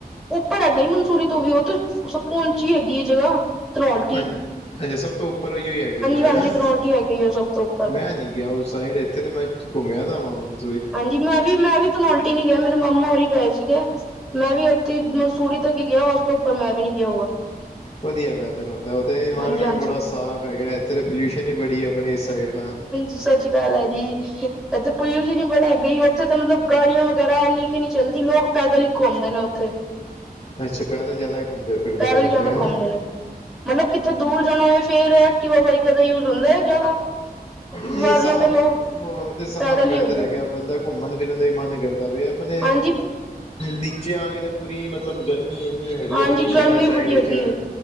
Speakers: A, in the centre; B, on the left.
A: ਉਪਰ ਹੈਗਾ ਮਨਸੂਰੀ ਤੋਂ ਵੀ ਉਹ ਤੇ ਸਭ ਤੋਂ ਪਹੁੰਚੀ ਹੈਗੀ ਇਹ ਜਗ੍ਹਾ ਤਨੋਲਟੀ-
B: ਅੱਛਾ ਸਭ ਤੋਂ ਉੱਪਰ ਹੀ ਹੀ ਹੈਗੀ ਜਗ੍ਹਾ
A: ਹਾਂਜੀ
B: ਹੈਂ
A: ਧਨੋਲਟੀ ਹੈਗੀ ਹੈ ਸਭ ਤੋਂ ਉੱਪਰ
B: ਮੈਂ ਨਹੀਂ ਗਿਆ ਉਸ- ਸਾਈਡ ਇੱਥੇ ਤੇ ਮੈਂ ਘੁੰਮਿਆ ਦਾਵਾ ਮ-
A: ਹਾਂਜੀ ਮੈਂ ਵੀ ਮੈਂ ਵੀ ਤਨੋਲਟੀ ਨੀ ਗਿਆ ਮੇਰੇ ਮਾਮਾ ਹੋਰੀ ਗਏ ਸੀਗੇ ਮੈਂ ਵੀ ਉੱਥੇ ਮਨਸੂਰੀ- ਉੱਪਰ ਤੱਕ ਗਿਆ ਉਸ ਤੋਂ ਉੱਪਰ ਮੈਂ ਵੀ ਨਹੀਂ ਗਿਆ ਹੋਊਗਾ-
B: ਵਧੀਆ ਵੈਦਰ ਹੁੰਦਾ ਉੱਥੇ ਇਨਵਾਇਰਮੈਂਟ
A: ਹਾਂਜੀ ਹਾਂਜੀ।
B: ਬੜਾ ਸਾਫ਼ ਹੈਗਾ ਇੱਥੇ ਤਾਂ ਪੋਲਿਊਸ਼ਨ ਹੀ ਬੜੀ ਹੈ ਆਪਣੇ ਇਸ ਸਾਈਡ ਤਾਂ-
A: ਸੱਚੀ ਗੱਲ ਹੈ ਜੀ ਇੱਥੇ ਪੂਲਿਊਸਨ ਨੀ ਬੜਾ ਹੈਗਾ ਉੱਥੇ ਤਾਂ ਮਤਲਬ ਗਾੜੀਆਂ ਵਗੈਰਾ ਇਨੀ ਕਿ- ਚਲਦੀ ਲੋਕ ਪੈਦਲ ਹੀ ਘੁੰਮਦੇ ਨੇ ਉੱਥੇ-
B: ਅੱਛਾ ਪੈਦਲ ਜ਼ਿਆਦਾ ਘੁੰਮਦੇ- ਫਿਰਦੇ
A: ਪੈਦਲ
B: ਨੇ ਉੱਥੇ
A: ਜ਼ਿਆਦਾ
B: ਹੈਨਾ।
A: ਘੁੰਮਦੇ ਨੇ ਮਤਲਬ ਕਿੱਥੇ ਦੂਰ ਜਾਣਾ ਹੋਏ ਫਿਰ ਐ- ਤੇ ਓ ਬਾਈਕਾਂ ਦਾ ਯੂਜ ਹੁੰਦਾ ਹੈ ਜ਼ਿਆਦਾ-
B: ਨੀ
A: ਵਰਨਾ
B: ਸਾਫ਼-
A: ਤੇ ਲੋਕ
B: ਉਹ ਤੇ ਸਾਫ਼
A: ਪੈਦਲ
B: ਵੈਦਰ
A: ਹੀ ਹੁੰਦੇ
B: ਹੈਗਾ
A: ਨੇ
B: ਬੰਦਾ ਘੁੰਮਣ ਫਿਰਨ ਦਾ ਹੀ ਮਨ ਕਰਦਾ ਵੇ ਆਪਣੇ-
A: ਹਾਂਜੀ।
B: ਨੀਚੇ ਆ ਕੇ ਤਾਂ ਪੂਰੀ ਮਤਲਬ ਗਰਮੀ ਇੰਨੀ ਹੈਗੀ
A: ਹਾਂਜੀ
B: ਆਪਣੇ
A: ਗਰਮੀ
B: ਸ਼ਹਿਰਾਂ ਸਾਈਡ
A: ਬੜੀ
B: ਵਿਚ-
A: ਹੈਗੀ ਏ।